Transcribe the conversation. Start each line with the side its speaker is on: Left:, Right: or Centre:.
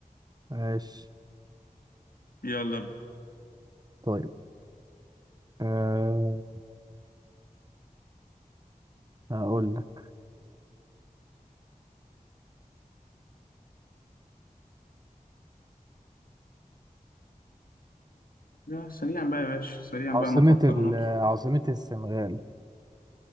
Right: ماشي
Left: يلا
Right: طيب أه هقول لك
Left: سريعا بقى يا باشا سريعا
Right: عاصمة
Left: بقى ما تعطلناش
Right: ال عاصمة السنغال